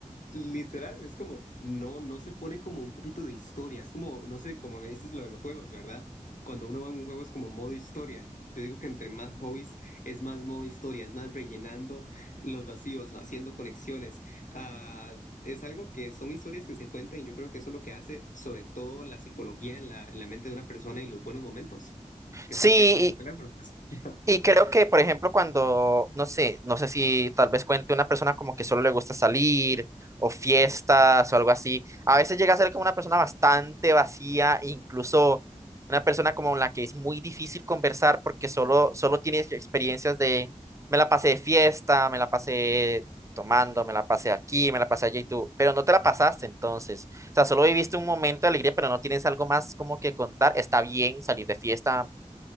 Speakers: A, on the left (about 80°); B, on the right (about 25°).
A: Literal, es como, no, no se pone como un poquito de historia, es como, no sé, como me dices lo de los juegos, ¿verdad? Cuando uno va a un juego es como modo historia. Yo digo que entre más hobbies es más modo historia, es más rellenando los vacíos, haciendo conexiones. Ah, es algo que son historias que se cuentan y yo creo que eso es lo que hace sobre todo la psicología en la, en la mente de una persona y los buenos momentos, que
B: sí,
A: estar pegado en el teléfono. <laughs>
B: Y creo que, por ejemplo, cuando, no sé, no sé si tal vez cuente una persona como que solo le gusta salir o fiestas o algo así, a veces llega a ser como una persona bastante vacía, incluso una persona como la que es muy difícil conversar porque solo, solo tiene ex- experiencias de, me la pasé de fiesta, me la pasé tomando, me la pasé aquí, me la pasé allá y tú, pero no te la pasaste entonces. O sea, solo viviste un momento de alegría, pero no tienes algo más como que contar. Está bien salir de fiesta,